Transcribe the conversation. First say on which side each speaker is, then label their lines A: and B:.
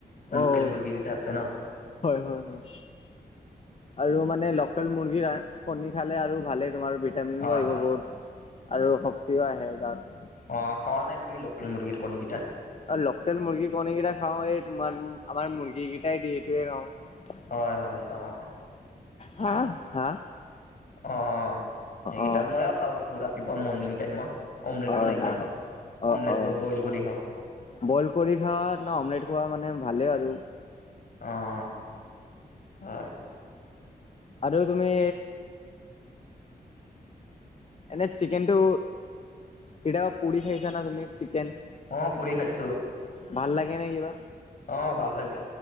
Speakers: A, on the left; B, on the left.
A: লোকেল
B: অ'
A: মুৰ্গী গিতা আছে ন'।
B: হয় - হয় - হয় আৰু মানে লকেল মুৰ্গীৰ কণী খালে আৰু ভালে তোমাৰ ভিটামিনো
A: হয়
B: আহিব
A: হয়
B: বহুত আৰু শক্তিও আহে গাত।
A: অ', খোৱা নে তুমি লকেল মুৰ্গীৰ কণীকেইটা?
B: অ', লোকেল মুৰ্গী কণীকেইটা খাওঁ, এই তোমাৰ আমাৰ মুৰ্গী কিটাই দিয়ে এইটোৱে খাওঁ।
A: হয় - হয়, অ',
B: হাঁ, হাঁ
A: অ', সেইকেইটা
B: অ'
A: ময়ো খাওঁ সেইটো ৰাতিপুৱা মৰ্ণিং টাইমত। অমলেট
B: হয়
A: বনাই কিনা
B: হয়
A: খাওঁ,
B: অ'
A: অমলেট
B: অ'।
A: বা বইল কৰি খাওঁ।
B: বইল কৰি খোৱা ন' অমলেট খোৱা মানে ভালেই আৰু।
A: অ', হয়
B: আৰু তুমি এনেই চিকেনটো কেতিয়াবা পুৰি খাইছা না তুমি চিকেন?
A: অ', পুৰি খাইছোঁ।
B: ভাল লাগে নে কিবা?
A: অ', ভাল লাগে।